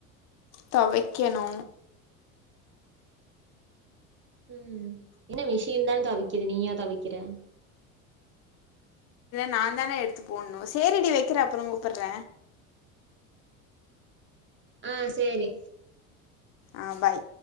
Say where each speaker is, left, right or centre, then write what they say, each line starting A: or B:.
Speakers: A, on the left; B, on the right.
A: தொவைக்கணு
B: ம் என்ன விசின் தான தொவக்கிது நீயா தொவக்கிற
A: நாந்தான எடுத்து போட்ணு சேரி டி வக்கிற அப்புற கூப்புட்ற
B: அ சேரி
A: அ பாய்